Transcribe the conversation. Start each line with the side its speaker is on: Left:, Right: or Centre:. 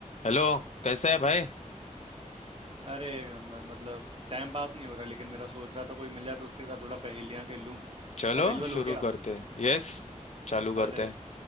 Left: Hello कैसा है भाई
Right: अरे एक नंबर मतलब टाइम पास नहीं हो रहा लेकिन मेरा सोच रहा था कोई मिल जाए तो उसके साथ थोड़ा पहेलियां खेल लूं
Left: चलो
Right: अवेलेबल
Left: शुरू
Right: हो गया
Left: करते हैं यस चालू
Right: अरे
Left: करते हैं